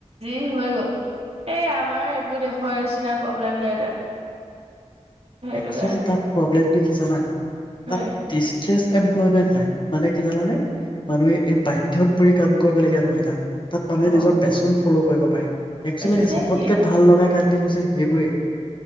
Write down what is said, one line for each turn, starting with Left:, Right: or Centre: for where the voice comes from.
Right: জী হৈ গ'ল। এ আমাৰ এইবোৰ দেশৰ নিচিনা প্ৰব্লেম নাই তাত সেইটো
Left: একচোৱেলী
Right: কাৰণে
Left: তাত প্ৰব্লেমটো কি জানা?
Right: হয়
Left: তাত দিষ্ট্ৰেচ এমপ্মেন্ট নাই মানে কি জানানে? মানুহে এই বাধ্যত পৰি কাম কৰিবলগীয়া নহয় তাত। তাত মানুহে নিজৰ
Right: অ
Left: পেশচন ফল' কৰিব পাৰে। একচোৱেলি
Right: একজেক্টলি
Left: চবতকে ভাল লগা <unintelligible> হৈছে সেইবোৰেই